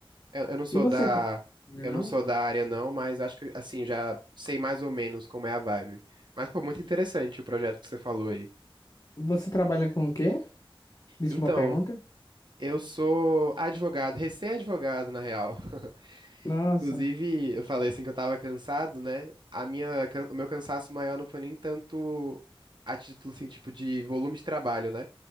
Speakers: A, on the right (about 55°); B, on the left (about 40°).
A: Eu, eu não sou
B: E você,
A: da,
B: tra- não?
A: eu
B: é não?
A: não sou da área não, mas acho que assim já sei mais ou menos como é a vibe. Mas pô, muito interessante o projeto que você falou aí.
B: Você trabalha com o quê? Desculpa
A: Então,
B: a pergunta.
A: eu sou advogado, recém-advogado na real. <laughs>
B: Nossa.
A: Inclusive, eu falei assim que eu tava cansado, né? A minha, can- o meu cansaço maior não foi nem tanto a título assim, tipo de volume de trabalho, né?